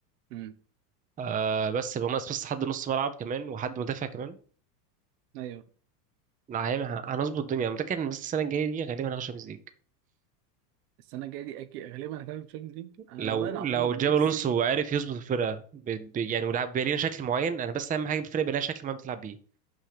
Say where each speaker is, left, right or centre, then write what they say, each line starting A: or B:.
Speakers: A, on the right; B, on the right.
A: امم
B: آه بس يبقى ناقص بس حد نص ملعب كمان وحد مدافع كمان
A: ايوه
B: لا هي- هنظبط الدنيا أنا متأكد إن بس السنة الجاية دي غالبا هناخد شامبيونز ليج
A: السنه الجايه دي اكيد غالبا هتعمل تشامبيونز ليج انا
B: لو
A: والله العظيم
B: لو جاب
A: نفسي
B: الونسو عارف يظبط الفرقة ب... ب... يعني ولعب بيبقى لينا شكل معين أنا بس أهم حاجة بالفرقة يبقى لها شكل معين بتلعب بيه